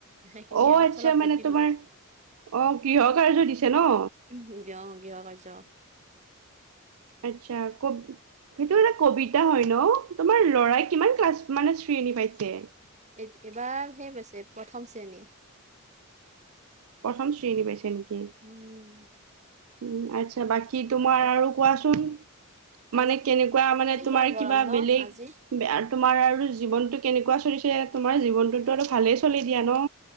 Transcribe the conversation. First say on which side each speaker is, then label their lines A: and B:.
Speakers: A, on the right; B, on the right.
A: সেইখিনি
B: অ'
A: অলপ
B: আচ্ছা
A: চলপ
B: মানে
A: লিখিলোঁ।
B: তোমাৰ অ গৃহ কাৰ্য দিছে ন।
A: উম <unintelligible> কাৰ্য্য
B: আচ্ছা কব সেইটো এটা কবিতা হয় ন, তোমাৰ ল'ৰাই কিমান ক্লাছ মানে শ্ৰেণী পাইছে?
A: এই-এইবাৰ সি পাইছে, প্ৰথম শ্ৰেণী
B: প্ৰথম শ্ৰেণী পাইছে কি,
A: উম,
B: উম আচ্ছা বাকী তোমাৰ
A: আজি
B: আৰু কোৱাচোন
A: আজি
B: মানে কেনেকুৱা
A: কেনেকুৱা
B: মানে তোমাৰ
A: গৰম
B: কিবা
A: ন
B: বেলেগ
A: আজি,
B: আৰু তোমাৰ আৰু জীৱনটো কেনেকুৱা চলিছে তোমাৰ জীৱনটোতো আৰু ভালেই চলি দিয়া ন।